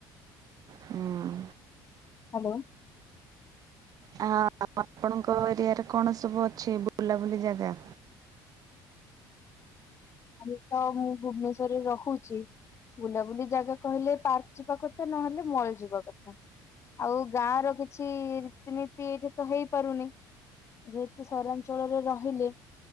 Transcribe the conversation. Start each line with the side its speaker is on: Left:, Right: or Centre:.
Right: ହଁ ଅଁ।
Left: ହାଲୋ।
Right: ହଁ ଆପଣଙ୍କ ଏରିଆରେ କଣ ସବୁ ଅଛି ବୁଲାବୁଲି ଜାଗା?
Left: ଆମେ ତ ମୁଁ ଭୁବନେଶ୍ଵରରେ ରହୁଚି। ବୁଲାବୁଲି ଜାଗା କହିଲେ ପାର୍କ ଯିବା କଥା ନହେଲେ ମଲ ଯିବା କଥା। ଆଉ ଗାଁ ର କିଛି ରୀତିନୀତି ଏଇଠି ତ ହେଇପାରୁନି। ଯେହେତୁ ସହରାଞ୍ଚଳରେ ରହିଲେ